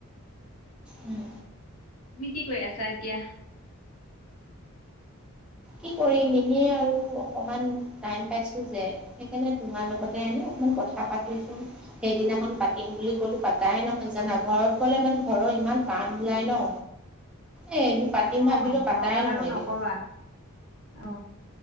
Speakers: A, in the centre; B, on the left.
A: উম।
B: তুমি কি কৰি আছা এতিয়া?
A: কি কৰিম এনেই আৰু অকমান টাইম পাইছো যে। সেইকাণে তোমাৰ লগতে এনে অকমান কথা পাতিছোন। সেইদিনাখন পাতিম বুলি কলো পাতাই নহয় জানা, ঘৰত গলে মানে ঘৰৰ ইমান কাম ওলাই ন। এ এইবোৰ পাতিম
B: অ
A: ভাবিলো
B: ঘৰৰ
A: পাতাই
B: কাম
A: নহয়গে।
B: আৰু নকবা অ।